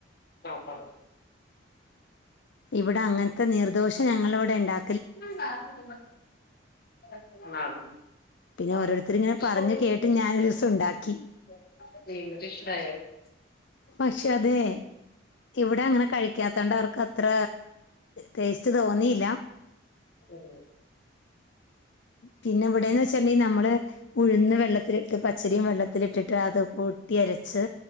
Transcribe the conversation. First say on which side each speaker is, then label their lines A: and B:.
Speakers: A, on the left (about 50°); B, on the left (about 65°).
A: ആഹ് ആഹ്
B: ഇവടെ അങ്ങൻത്തെ നീർദോശ ഞങ്ങളിവിടെ ഇണ്ടാ
A: <inaudible>
B: പിന്നെ ഓരോരുത്തർ ഇങ്ങനെ പറഞ്ഞു കേട്ട് ഞാനൊരു ദിവസം ഉണ്ടാക്കി പക്ഷെ അതെ ഇവിടെ അങ്ങനെ കഴിക്കാതൊണ്ട് അവർക്ക് അത്ര ടേസ്റ്റ് തോന്നിയില്ല
A: ഉം
B: പിന്നെ ഇവിടെന്ന് വെച്ചിട്ടെങ്കി നമ്മള് ഉഴുന്ന് വെള്ളത്തിലിട്ട് പച്ചരിയും വെള്ളത്തിലിട്ടിട്ട് അത് കൂട്ടി അരച്ച്